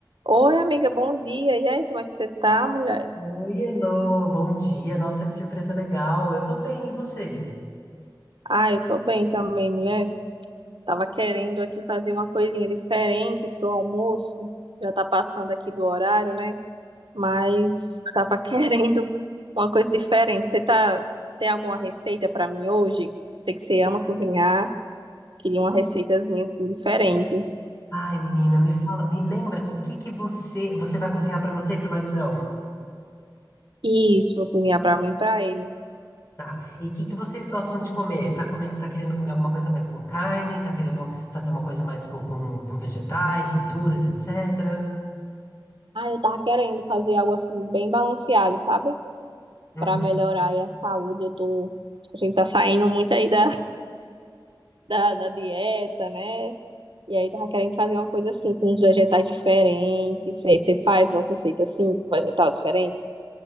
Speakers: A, on the right; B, on the left.
A: Oi, amiga, bom dia. E aí, como é que você tá, mulher?
B: Oi, Elô, bom dia. Nossa, que surpresa legal. Eu tô bem, e você?
A: Ah, eu tô bem também, mulher. Tava querendo aqui fazer uma coisinha diferente pro almoço. Já tá passando aqui do horário, né? Mas tava <laughs> querendo uma coisa diferente. Você tá tem alguma receita pra mim hoje? Sei que você ama cozinhar. Queria uma receitazinha assim diferente.
B: Ai, menina, me fala, me lembra o que que você, você vai cozinhar pra você e pro maridão?
A: Isso, vou cozinhar pra mim e pra ele.
B: Tá. E o que que vocês gostam de comer? Tá, come, tá querendo comer alguma coisa mais com carne? Tá querendo fazer uma coisa mais com, com, com vegetais, verduras, etc?
A: Ah, eu tava querendo fazer algo assim bem balanceado, sabe?
B: Uhum.
A: para melhorar aí a saúde. Eu tô, a gente tá saindo muito aí da, da, da dieta, né? E aí tava querendo fazer uma coisa assim, com uns vegetais diferentes. Sei, você faz uma receita assim, com vegetal diferente?